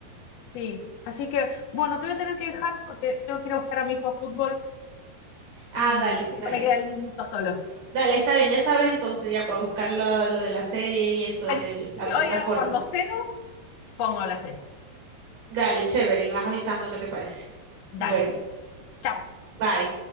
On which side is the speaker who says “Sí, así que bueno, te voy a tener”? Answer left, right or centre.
Left